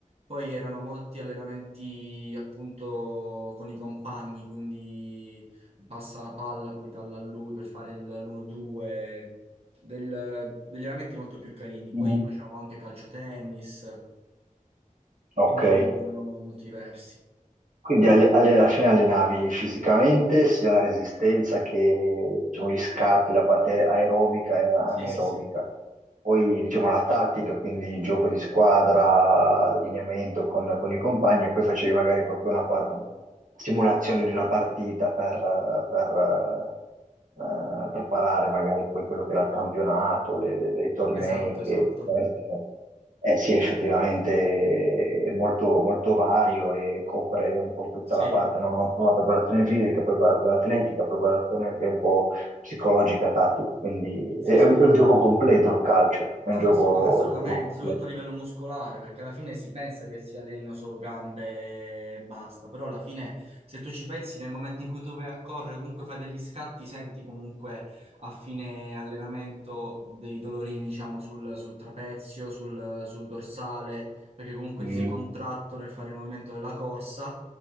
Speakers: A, on the right; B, on the right.
A: Poi erano molti allenamenti appunto con i compagni, quindi passa la palla poi dalla a lui per fare il- l'1-2, del- degli allenamenti molto più carini.
B: mm,
A: Poi facevamo anche calciotennis,
B: ok,
A: quindi erano molto diversi.
B: quindi alle- alle- alla fine allenavi fisicamente sia la resistenza che diciamo, gli scatti, la parte aerobica e anaerobica,
A: Sì, sì, sì,
B: poi diciamo la tattica, quindi gioco di squadra, allineamento con, con i compagni e poi facevi magari proprio una par- simulazione di una partita per, eh, per, eh, preparare magari poi quello che era il campionato, le- le- i tornei
A: esatto,
B: che
A: esatto.
B: avresti fatto. Eh sì, effettivamente è molto, molto vario e copre un po' tutta
A: Sì,
B: la parte, no? La preparazione fisica, preparazione atletica, preparazione anche un po' psicologica, tattica, quindi
A: sì,
B: è
A: sì,
B: un,
A: sì.
B: è un gioco completo il calcio, è un
A: Ah,
B: gioco,
A: assol- assolutamente,
B: un gioco completo.
A: soprattutto a livello muscolare, perché alla fine si pensa che si allenino solo gambe e basta, però alla fine se tu ci pensi nel momento in cui tu vai a correre, comunque fai degli scatti, senti comunque a fine allenamento dei dolorini, diciamo, sul, sul trapezio, sul, sul dorsale, perché comunque
B: Mm.
A: ti sei contratto nel fare il movimento della corsa